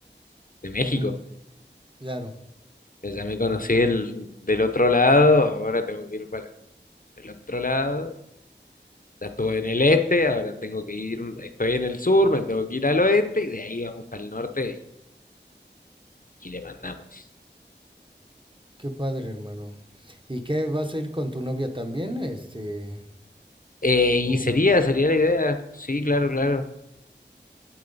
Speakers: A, on the left; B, on the right.
A: de México.
B: ujú, claro.
A: que Ya me conocí el- del otro lado, ahora tengo que ir para el otro lado. Ya estuve en el este, ahora tengo que ir, estoy en el sur, me tengo que ir al oeste y de ahí vamos para el norte y le mandamos.
B: Qué padre, hermano. ¿Y qué vas a ir con tu novia también? Este,
A: Eh,
B: o
A: y sería, sería la idea. Sí, claro, claro.